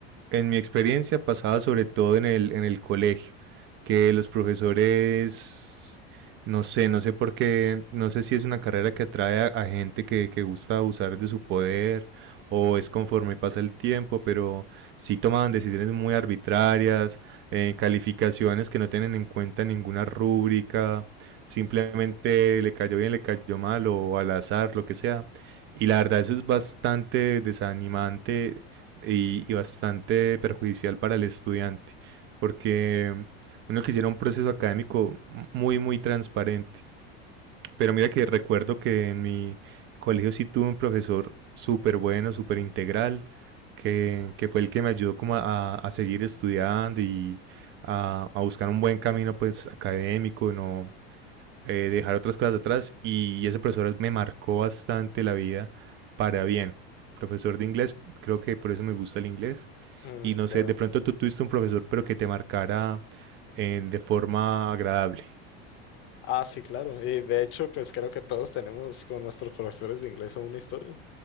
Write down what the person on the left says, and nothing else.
Mm,
ya.
Ah, sí, claro. Y de hecho, pues creo que todos tenemos con nuestros profesores de inglés una historia.